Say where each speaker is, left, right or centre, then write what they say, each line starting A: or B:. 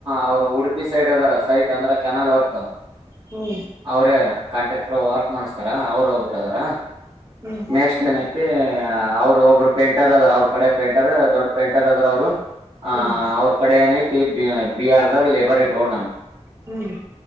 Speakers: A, on the right (about 55°); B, on the right (about 20°).
A: ಅವರು ಉಡುಪಿ ಸೈಡ್ ಅದಾರ ಸೈಡ್ ಅಂದ್ರೆ ಕೆನಲ್ ವರ್ಕ್
B: ಹ್ಮ್
A: ಅವರೇ ಕಾಂಟ್ರಾಕ್ಟರ್ ವರ್ಕ್ ಮಾಡಸ್ತಾರ ಅವರು ಒಬ್ರು ಅದಾರ
B: ಹ್ಮ್
A: ನೆಕ್ಸ್ಟ್ ಏನೈತಿ ಅವರು ಒಬ್ಬರು ಪೇಂಟರ್ ಅದಾರ ಅವ್ರ ಕಡೆ ಪೇಂಟರ್ ದೊಡ್ ಪೇಂಟರ್ ಅದಾರ ಅವರು ಅಹ
B: ಹ್ಮ್
A: ಅವ್ರ ಕಡೆ ಏನೈ ಬಿಆರ್ ದರ್ ಲೇಬರ್ ಇಟ್ಕೊಂಡ ನಾನು
B: ಹ್ಮ್